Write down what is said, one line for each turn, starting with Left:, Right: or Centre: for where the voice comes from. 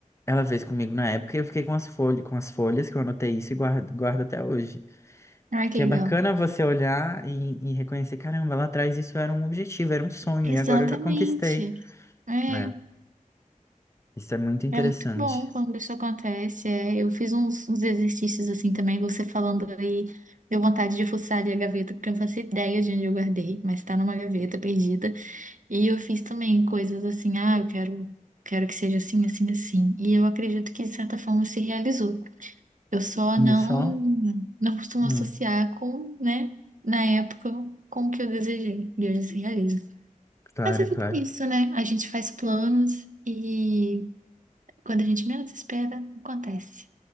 Left: ela fez comigo na época e eu fiquei com as folhas, com as folhas que eu anotei isso e guardo, guardo até hoje.
Right: Ai,
Left: Porque
Right: que legal.
Left: é bacana você olhar e, e reconhecer, caramba, lá atrás isso era um objetivo, era um sonho,
Right: Exatamente.
Left: e agora eu já conquistei.
Right: É.
Left: É, isso é muito interessante.
Right: É muito bom quando isso acontece. é. eu fiz uns, uns exercícios assim também, você falando aí, deu vontade de fuçar ali a gaveta, porque eu não faço ideia de onde eu guardei, mas tá numa gaveta perdida. E eu fiz também coisas assim, ah, eu quero, quero que seja assim, assim, assim. E eu acredito que de certa forma se realizou. Eu só não,
Left: E só?
Right: não costumo
Left: Hum,
Right: associar com, né, na época, com o que eu desejei. E hoje se realiza.
Left: claro,
Right: Mas a vida
Left: claro.
Right: é isso, né? A gente faz planos. E quando a gente menos espera, acontece.